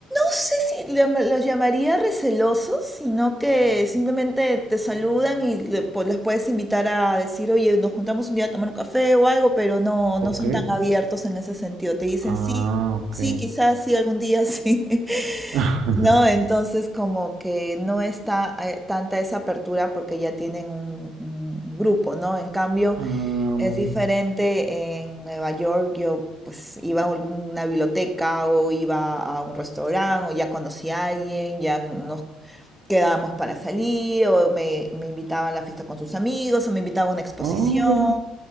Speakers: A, in the centre; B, on the right.
A: sé si llama- los llamaría recelosos, sino que simplemente te saludan y le po- les puedes invitar a decir, oye, nos juntamos un día a tomar un café o algo, pero no, no
B: Ok.
A: son tan abiertos en ese sentido. Te dicen
B: Ah,
A: sí,
B: ok.
A: sí, quizás sí, algún día sí. <laughs>
B: <laughs>
A: No, entonces como que no está eh, tanta esa apertura porque ya tienen un, un grupo, ¿no? En cambio,
B: Ah,
A: es
B: muy
A: diferente
B: bien.
A: en Nueva York, yo pues iba a alguna biblioteca o iba a un restaurante o ya conocí a alguien, ya nos quedábamos para salir o me, me invitaban a la fiesta con sus amigos o me invitaban a una exposición.
B: Órale.